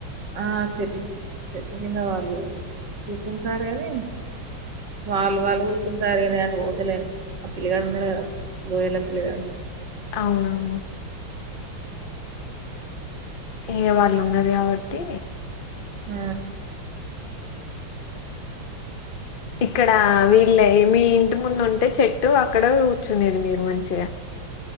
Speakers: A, on the right; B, on the left.
A: ఆ చెట్కి చెట్టు కింద వాళ్ళు ఆ చెట్టు ఆ ఆ ఆ ఆ చెట్టు కింద వాళ్లు కూర్చుంటారు కానీ వాళ్ళు వాళ్ళు కూర్చుంటారు కాని నేను పోతలేను ఆ పిల్లిగాడు ఉన్నారు కదా బోయేల్ల పిల్లిగాడు
B: అవునవును ఇ వాళ్ళు ఉన్నారు కాబట్టి
A: ఆ
B: ఇక్కడ వీళ్ళ మీ ఇంటి ముందు ఉంటే చెట్టు అక్కడ కూర్చునేది మీరు మంచిగా